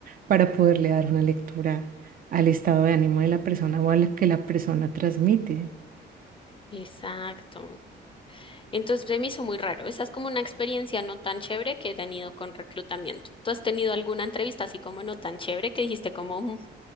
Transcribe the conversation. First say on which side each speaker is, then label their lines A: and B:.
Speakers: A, on the right; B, on the left.
A: para poderle dar una lectura al estado de ánimo de la persona o a lo que la persona transmite.
B: Exacto. Entonces se me hizo muy raro. Esa es como una experiencia no tan chévere que he tenido con reclutamiento. ¿Tú has tenido alguna entrevista así como no tan chévere que dijiste como "Mm,